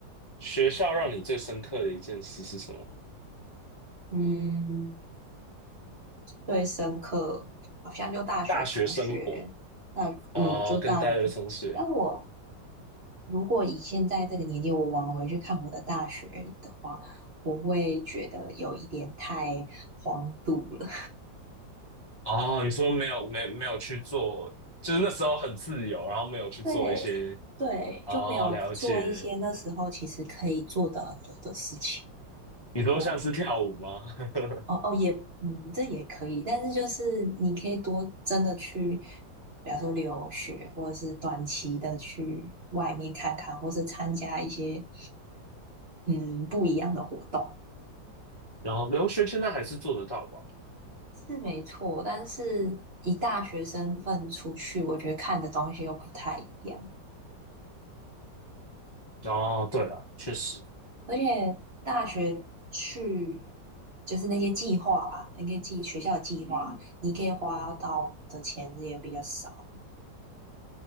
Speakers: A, on the left (about 20°); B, on the right (about 40°).
A: 学校让你最深刻的一件事是什么？
B: 嗯，最深刻好像就大学同学，
A: 大学生活
B: 大嗯，
A: 哦，
B: 就大学同。
A: 跟大学同学
B: 但我如果以现在这个年纪，我往回去看我的大学的话，我会觉得有一点太荒度了。
A: 哦，你说没有没没有去做，就是那时候很自由，然后没有去做一些
B: <laughs> 对对，
A: 哦，
B: 就没有做一些那时候其实可以做的很多的事情。
A: 了解。你说像是跳舞吗？
B: 我。
A: <laughs>
B: 哦哦，也，嗯，这也可以，但是就是你可以多真的去，比方说留学，或者是短期的去外面看看，或是参加一些嗯不一样的活动，
A: 哦，留学现在还是做得到吧？
B: 是没错。但是以大学身份出去，我觉得看的东西又不太一样，
A: 哦，对了，确实。
B: 而且大学去就是那些计划吧，那个计学校计划，你可以花到的钱也比较少。